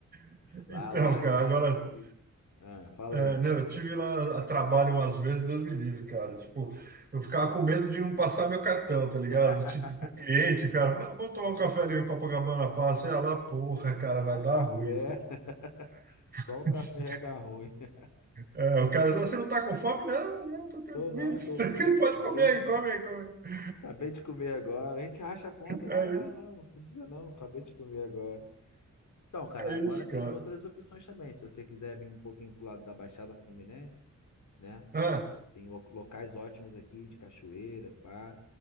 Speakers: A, on the right; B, on the left.
A: <laughs>
B: Lá,
A: então,
B: lá,
A: cara,
B: lá
A: agora
B: é sinistro. Ah, fala
A: É,
B: aí.
A: não, eu tive lá a trabalho umas vezes, Deus me livre, cara. Tipo, eu ficava com medo de não passar meu cartão, tá
B: <laughs>
A: ligado? Tipo, com cliente, o cara, não, vou tomar um café ali no Copacabana Palace, sei lá, porra,
B: Ô, Só
A: cara, vai
B: o
A: dar
B: café,
A: ruim isso aqui.
B: <laughs>
A: <laughs>
B: só o café já dá ruim. <laughs>
A: É, o cara, "Ah, você não tá com fome? Não, não, tô tranquilo,
B: Tô não,
A: <laughs>
B: tô
A: tranquilo,
B: bem.
A: pode
B: Acabei
A: comer aí,
B: de,
A: come aí, come aí.
B: acabei de comer agora. A gente racha a conta.
A: É,
B: Não, não, não, não precisa não. Acabei de comer agora. Então, cara,
A: é
B: agora
A: isso,
B: tem
A: cara.
B: outras opções também. Se você quiser vir um pouquinho pro lado da Baixada Fluminense, né?
A: Ah,
B: Tem lo- locais ótimos aqui de cachoeira, pá.